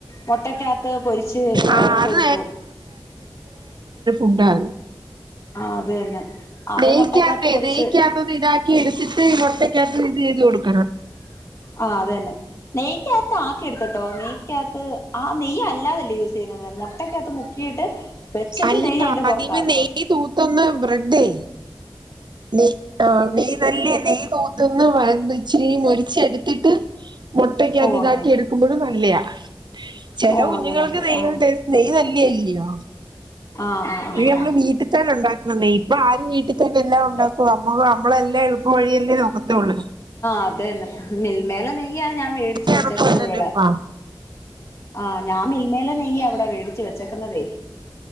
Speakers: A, on the left; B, on the right.
A: മുട്ടക്കകത്ത് പൊരിച്ച്
B: ആഹ് അത്
A: കൊടുക്കും
B: ഉണ്ടാക
A: ആ അത തന്നെ അത്
B: നെയക്കി
A: മുട്ടക്കകത്ത്
B: ആക്ക
A: പൊരിച്ച്
B: ദെയയ്ക്കി ആകത് ത് ഇത് ചെയ്ത് കൊടുക്കണം
A: ആ അതന്നെ നെയ്ക്കകത്ത് ആക്കി എടുത്തട്ടോ നെയ്ക്കകത്ത് ആ നെയ്യ അല്ലാതല്ലേ യൂസ് ചെയ്യുന്നത് മുട്ടക്കകത്ത് മുക്കിയിട്ട് വെച്ചിട്ട്
B: അല്ല
A: നെയ്യ് അതിന്റെ
B: ആദ്യമ
A: പുറത്താക്കും
B: നെയ് തൂത്തൊന്ന് ബ്രെഡയി നെയ ആ നെയ് നല്ല നെയ് തോത്തന്ന് വച്ചിരി മൊരിച്ചെടുത്തിട്ട് മുട്ടക്ക
A: ഓ
B: അത് ഇതാക്കി
A: അങ്ങനെ
B: എടുക്കുമ്പോഴും നല്ലതാ ചില
A: ഓ
B: കുഞ്ഞുങ്ങൾക്ക്
A: അങ്ങനെയുണ്ട്
B: നെയ്യുണ്ട്
A: ആ
B: നെയ്യ് നല്ലല്ലയോ
A: ആ ആ ആ
B: അ നമ്മള്
A: ആ
B: വീട്ടിൽ തന്നെ ഉണ്ടാക്കുന്നന്നേ ഇപ്പൊ ആരും വീട്ടിൽ തന്നെ എല്ലാം ണ്ടാക്ക നമ്മ നമ്മളെല്ലാം എഴുപ്പ് വഴിയല്ലേ നോക്കത്തള്ളൂ
A: അത തന്നെ മിൽമേലേ നെയ്യാണ് ഞാൻ മേടിച്ചു വെച്ചേക്കുന്നത്
B: എളുപ്പമല്ലല്ലോ
A: ഇവിടെ
B: ഇപ്പ
A: ആ ഞാ മിൽമേലേ നെയങ്ങ അവിടെ മേടിച്ചച്ച് വെച്ചക്കുന്നതെ